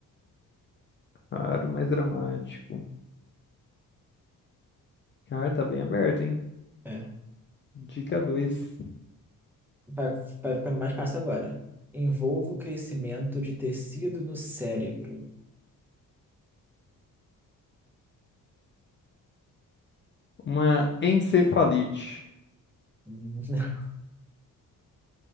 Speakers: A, on the left; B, in the centre.
A: Claro, mais dramático. Cara, tá bem aberto, hein?
B: É.
A: Dica dois.
B: Vai, vai ficando mais fácil agora. Envolvo crescimento de tecido no cérebro.
A: Uma encefalite.
B: Hum, <laughs>